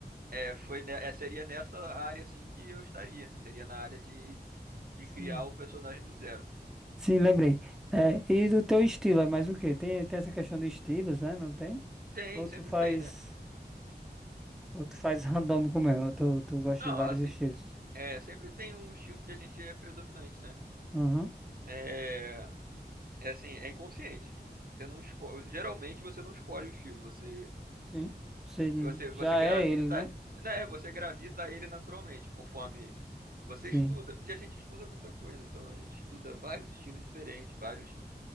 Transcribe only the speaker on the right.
é, foi ne- é, seria nessa área assim que eu estaria. Seria na área de de
criar o personagem do zero.
Tem,
sempre
tem, né?
Não,
assim,
é, sempre tem um estilo que a gente é predominante, né?
é, é assim, é inconsciente. Você não esco- geralmente você não escolhe o estilo, você
você
você É, gravita,
né, você gravita a ele naturalmente, conforme você
estuda, porque a gente estuda muita coisa, então a gente estuda vários estilos diferentes, vários